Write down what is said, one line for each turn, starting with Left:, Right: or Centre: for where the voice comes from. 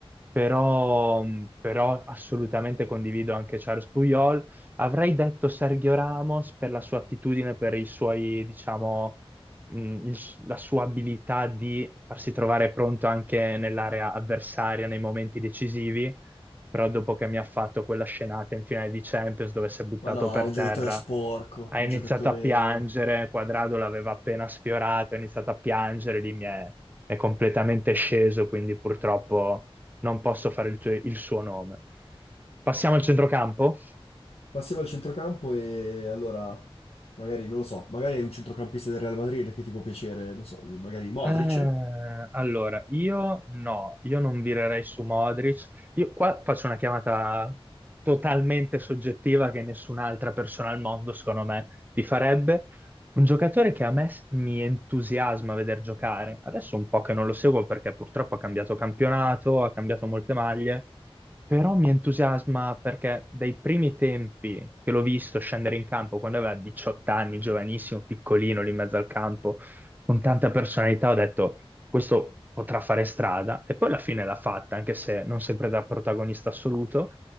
Right: però, mm, però assolutamente condivido anche Charles Puyol. Avrei detto Sergio Ramos per la sua attitudine, per i suoi, diciamo, mh, il- la sua abilità di farsi trovare pronto anche nell'area avversaria nei momenti decisivi, però dopo che mi ha fatto quella scenata in finale di Champions dove si è buttato
Left: Ma no,
Right: per
Left: un
Right: terra
Left: giocatore sporco,
Right: ha
Left: un
Right: iniziato
Left: giocatore...
Right: a piangere, Quadrado l'aveva appena sfiorato, ha iniziato a piangere, lì mi è, è completamente sceso, quindi purtroppo non posso fare il, tuo- il suo nome. Passiamo al centrocampo.
Left: Passiamo al centrocampo e allora, magari, non lo so, magari è un centrocampista del Real Madrid che ti può piacere, non so, magari Modric?
Right: Eh, allora, io no, io non virerei su Modric. Io qua faccio una chiamata totalmente soggettiva che nessun'altra persona al mondo, secondo me, ti farebbe. Un giocatore che a me s- mi entusiasma vedere giocare. Adesso un po' che non lo seguo perché purtroppo ha cambiato campionato, ha cambiato molte maglie, però mi entusiasma perché dai primi tempi che l'ho visto scendere in campo quando aveva 18 anni, giovanissimo, piccolino lì in mezzo al campo con tanta personalità, ho detto questo potrà fare strada e poi alla fine l'ha fatta, anche se non sempre da protagonista assoluto,